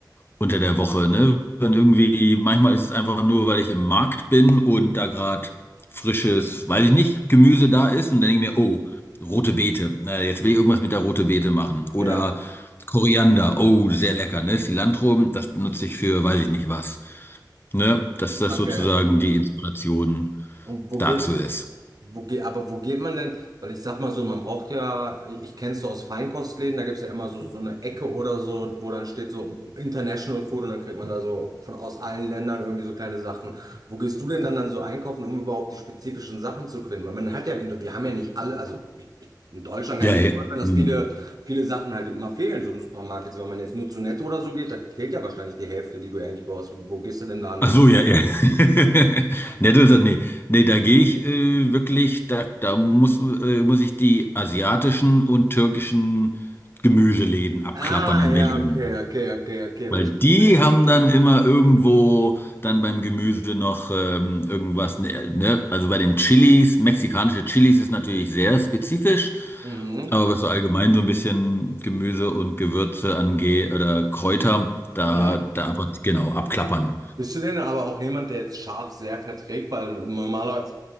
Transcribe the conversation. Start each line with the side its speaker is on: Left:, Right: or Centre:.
Left: unter der Woche, ne? Wenn irgendwie, manchmal ist es einfach nur, weil ich im Markt bin und da gerade frisches, weiß ich nicht, Gemüse
Right: Mhm.
Left: da ist und dann denke ich mir, oh, rote Beete, na, jetzt will ich irgendwas mit der rote Beete machen. Oder
Right: Ja,
Left: Koriander, oh, sehr lecker, ne? Cilantro, das benutze ich für, weiß ich nicht was. ne? Dass das
Right: okay.
Left: sozusagen die Inspiration
Right: Und wo
Left: dazu
Right: gehst
Left: ist.
Right: Wo geht, aber wo geht man denn? Weil ich sag mal so, man braucht ja, ich kenn's so aus Feinkostläden, da gibt's ja immer so, so eine Ecke oder so, wo dann steht so International Food und dann kriegt man da so von aus allen Ländern irgendwie so kleine Sachen. Wo gehst du denn dann dann so einkaufen, um überhaupt die spezifischen Sachen zu finden? Weil man hat ja, in- wir haben ja nicht alle, also ich, ich, in Deutschland kann
Left: Ja,
Right: ich
Left: ja.
Right: mir vorstellen,
Left: Hm.
Right: dass viele, viele Sachen halt immer fehlen, so im Supermarkt. Jetzt, wenn man jetzt nur zu Netto oder so geht, da fehlt ja wahrscheinlich die Hälfte, die du eigentlich brauchst. Wo gehst du denn dann
Left: Ach
Right: hin?
Left: so, ja, ja. <laughs> Ne, du sagst, nee, nee, da gehe ich äh, wirklich, da, da muss, äh, muss ich die asiatischen und türkischen Gemüseläden abklappern
Right: Ah,
Left: in
Right: ja,
Left: Berlin.
Right: okay, okay, okay, okay,
Left: Weil
Right: verstehe.
Left: die haben dann immer irgendwo dann beim Gemüse noch ähm, irgendwas, ne, ne? Also bei den Chilis, mexikanische Chilis ist natürlich sehr spezifisch.
Right: Mhm.
Left: Aber was so allgemein so ein bisschen Gemüse und Gewürze angeht oder Kräuter, da,
Right: Ja.
Left: da einfach genau abklappern.
Right: Bist du denn aber auch jemand, der jetzt Schaf sehr verträgt? Weil normalerweise,